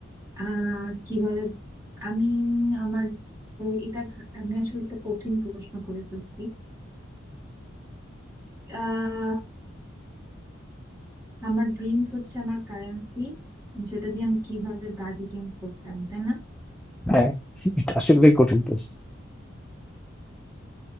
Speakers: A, on the right; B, in the centre.
A: আহ কিভাবে আমি আমার তো এটা আমি আসলে একটা কঠিন প্রশ্ন করে ফেলছি আহ আমার ড্রিমস হচ্ছে আমার কারেন্সি সেটা দিয়ে আমি কিভাবে বাজেটিং করতাম তাই না
B: হ্যাঁ এটা আসলে কঠিন প্রশ্ন